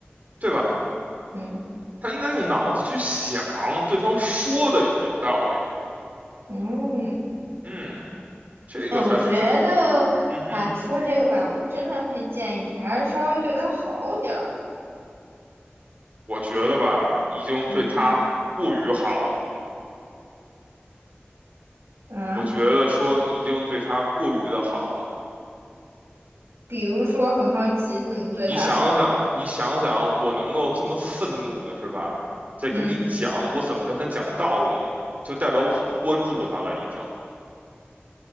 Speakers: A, on the right; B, on the right.
A: 对吧？
B: 嗯
A: 他应该用脑子去想对方说的有没有道理。
B: 嗯。
A: 嗯，这个才是真。
B: 那我觉得，
A: 嗯哼，
B: 啊，除了这个吧，我真的会建议你还是稍微对他好点儿。
A: 我觉得吧，已经对他过于好了。
B: 嗯啊，
A: 我觉得说已经对他过于的好了。
B: 比如说，很好奇你怎么对他好了。
A: 你想想，你想想，我能够这么愤怒的是吧？在跟你讲，
B: 嗯，
A: 我怎么跟他讲道理，就代表我很关注他了已经。